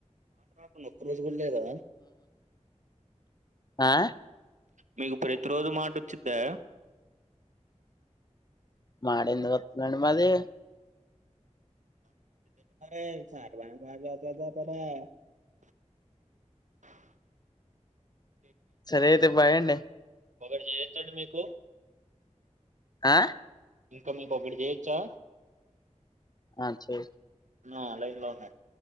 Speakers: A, on the right (about 80°); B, on the left (about 35°).
A: మాట రాకున్నా ఒక్కరోజు <inaudible> స్కూల్ లేదా
B: ఆ
A: మీకు ప్రతి రోజు మాట ఒచ్చిద్దా
B: మాడ ఎందుకు వస్తుందండి మాది
A: మ సార్వా మ ప <unintelligible>
B: సరే అయితే బాయండి
A: ఒకటి చెత్తాండి మీకు
B: ఆ
A: ఇంక మీకు ఒకటి చేయొచ్చా
B: ఆ చెే
A: నా లైన్ లో ఉన్నాడు